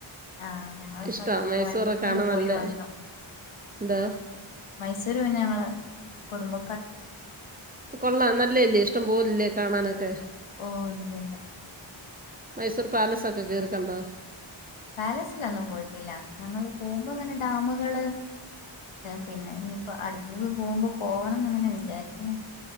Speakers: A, on the left; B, on the right.
A: ആഹ് ഞങ്ങളിപ്പ
B: ഇഷ്ടമാണ് മൈസൂറൊക്കെ
A: കോയമ്പത്തൂര്
B: കാണാൻ
A: പോയി
B: നല്ല
A: വന്നു
B: എന്താ
A: മൈസൂര് പിന്ന ഞങ്ങള് കുടുംബ
B: കൊള്ളാം നല്ലേ അല്ലെ ഇഷ്ടം പോലില്ലേ കാണാനൊക്കെ
A: ഓ ഉണ്ട് ഉണ്ട്.
B: മൈസൂർ പാലസൊക്കെ കേറി കണ്ടോ
A: പാലസിലൊന്നും പോയിട്ടില്ല ഞങ്ങള് പോകുമ്പ ഇങ്ങനെ ഡാമുകള് പിന്നെ ഇനിയിപ്പോ അടുത്തത് പോകുമ്പോ പോവണന്ന് ഇങ്ങനെ വിചാരിക്കണ